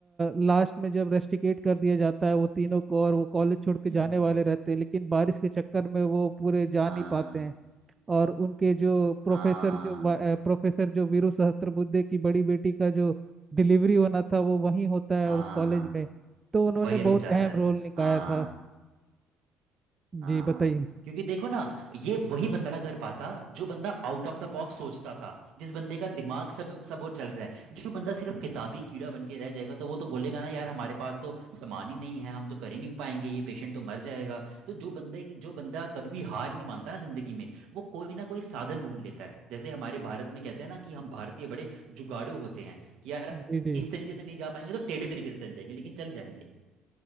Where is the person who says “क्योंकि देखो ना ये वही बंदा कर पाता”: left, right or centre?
Right